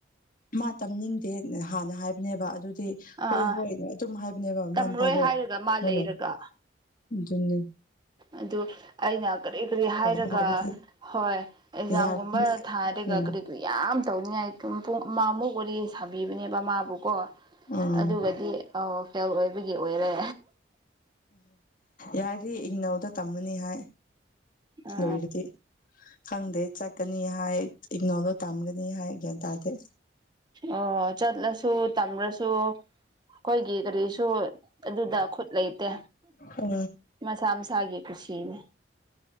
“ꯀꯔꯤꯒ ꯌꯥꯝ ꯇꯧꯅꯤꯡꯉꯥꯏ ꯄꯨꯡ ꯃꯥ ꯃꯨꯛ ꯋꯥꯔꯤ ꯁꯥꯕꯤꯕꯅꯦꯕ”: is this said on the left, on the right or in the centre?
Right